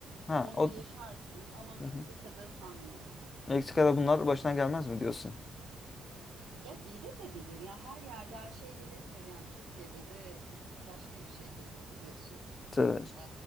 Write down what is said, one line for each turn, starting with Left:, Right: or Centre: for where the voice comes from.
Left: ha
Right: onu
Left: o
Right: yaşarsın ama Meksika'da
Left: Hı hı.
Right: sanmıyorum.
Left: Meksika'da bunlar başına gelmez mi diyorsun?
Right: Ya gelebilir ya her yerde her şey gelebilir yani Türkiye'de de başka bir şey gelir biliyorsun.
Left: Evet.
Right: E,